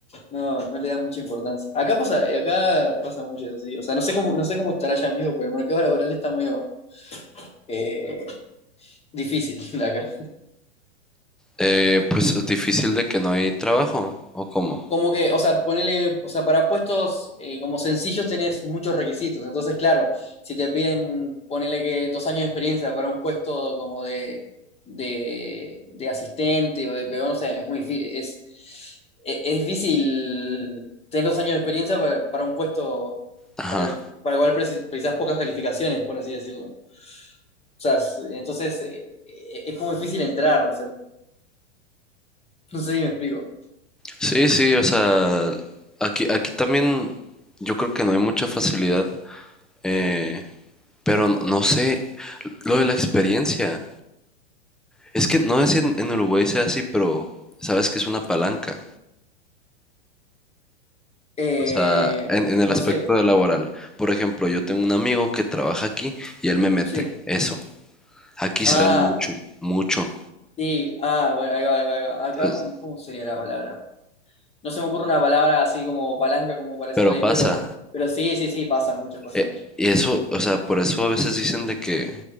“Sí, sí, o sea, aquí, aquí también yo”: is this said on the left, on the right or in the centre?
Centre